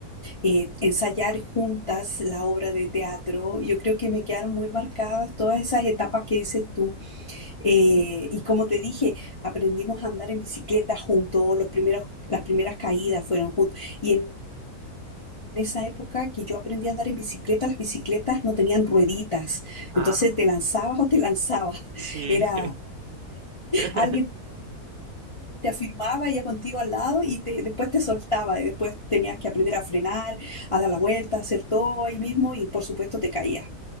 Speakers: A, on the left; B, on the right.
A: eh, ensayar juntas la obra de teatro. Yo creo que me quedaron muy marcadas todas esas etapas que dices tú. Eh, y como te dije, aprendimos a andar en bicicleta juntos, los primeros, las primeras caídas fueron juntos. Y en esa época que yo aprendí a andar en bicicleta, las bicicletas no tenían rueditas.
B: Ah,
A: Entonces te lanzabas o te lanzabas.
B: sí.
A: Era,
B: <laughs>
A: alguien te afirmaba ya contigo al lado y te, después te soltaba y después tenías que aprender a frenar, a dar la vuelta, a hacer todo ahí mismo y por supuesto te caías.